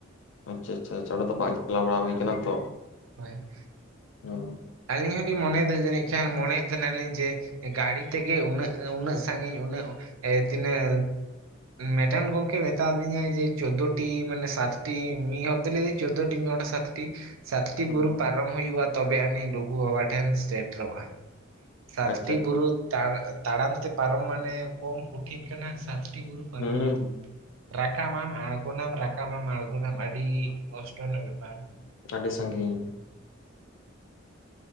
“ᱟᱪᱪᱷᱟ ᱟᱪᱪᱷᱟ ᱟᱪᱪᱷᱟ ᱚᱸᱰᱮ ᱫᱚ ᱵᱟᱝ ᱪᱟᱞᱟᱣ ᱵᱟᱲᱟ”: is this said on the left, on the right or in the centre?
Left